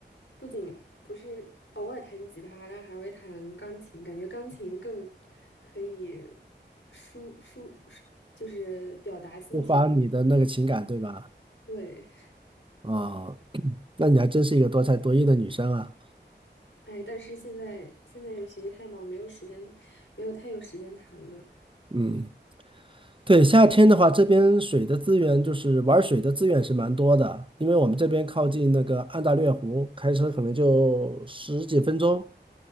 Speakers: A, on the left; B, on the right.
A: 不仅不是偶尔弹吉他，但还会弹钢琴，感觉钢琴更可以抒抒抒，就是表达心情一点。
B: 抒发你的那个情感，对吧？
A: 对，
B: 啊，那你还真是一个多才多艺的女生啊。
A: 哎，但是现在现在学习太忙，没有时间，没有太有时间谈了。
B: 嗯，对，夏天的话，这边水的资源就是玩水的资源是蛮多的，因为我们这边靠近那个安大略湖，开车可能就十几分钟。